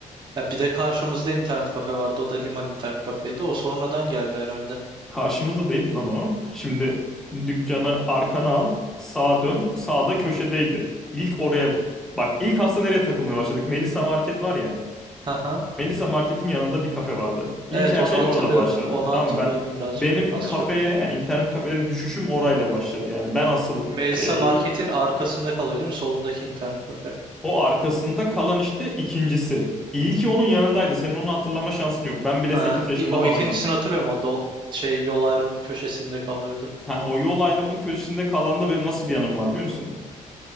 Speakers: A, on the right (about 35°); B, in the centre.
A: Ya bir de karşımızda internet kafe vardı. O da Liman internet kafeydi. O sonradan geldi herhalde.
B: Karşımızda değildi lan o. Şimdi dükkanı arkana al, sağa dön. Sağda köşedeydi. İlk oraya bak ilk aslında nereye takılmaya başladık? Melisa Market var ya.
A: Hı hı.
B: Melisa Market'in yanında bir kafe vardı. İlk
A: Evet
B: her
A: onu
B: şey
A: hatırlıyorum.
B: orada başladı.
A: Onu
B: Tamam
A: hatırlıyorum
B: ben
A: birazcık.
B: benim
A: Az
B: kafeye
A: çok.
B: yani internet kafeleri düşüşüm orayla başladı. Yani ben asıl
A: Melisa
B: e,
A: Market'in arkasında kalıyor değil mi? Solundaki internet kafe.
B: o arkasında kalan işte ikincisi. İlki onun yanındaydı. Senin onu hatırlama şansın yok. Ben bile
A: Ha,
B: 8 yaşında
A: i- o
B: falandım.
A: ikincisini hatırlıyorum. O dol şey yol ayrımının köşesinde kalıyordu.
B: Heh, o yol ayrımının köşesinde kalan da benim nasıl bir anım var biliyor musun?